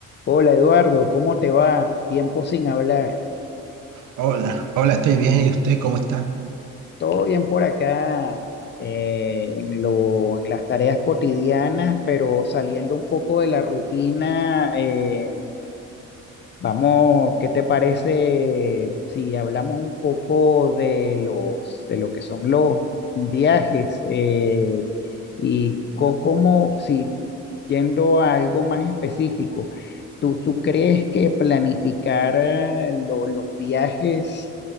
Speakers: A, on the left (about 35°); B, on the right (about 85°).
A: Hola Eduardo, ¿cómo te va? Tiempo sin hablar.
B: Hola, hola, estoy bien. ¿Y usted cómo está?
A: Todo bien por acá eh, en lo, en las tareas cotidianas, pero saliendo un poco de la rutina. eh, vamos, ¿qué te parece si hablamos un poco de los, de lo que son los viajes eh, y co- cómo, si Yendo a algo más específico, ¿tú, tú crees que planificar eh, lo- los viajes